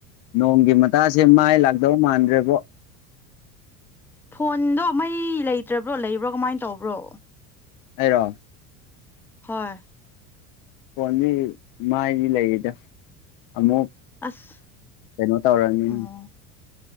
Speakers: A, on the left; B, in the centre.
A: ꯅꯣꯡꯒꯤ ꯃꯇꯥꯁꯦ ꯃꯥꯏ ꯂꯥꯛꯇꯧ ꯃꯥꯟꯗ꯭ꯔꯦꯕꯣ
B: ꯐꯣꯟꯗꯣ ꯃꯩ ꯂꯩꯇ꯭ꯔꯕ꯭ꯔꯣ ꯂꯩꯕ꯭ꯔꯣ ꯀꯃꯥꯏꯅ ꯇꯧꯕ꯭ꯔꯣ
A: ꯑꯩꯔꯣ
B: ꯍꯣꯏ
A: ꯐꯣꯟꯗꯤ ꯃꯥꯏꯗꯤ ꯂꯩꯌꯦꯗ ꯑꯃꯨꯛ
B: ꯑꯁ
A: ꯀꯩꯅꯣ ꯇꯧꯔꯅꯤ
B: ꯎꯝ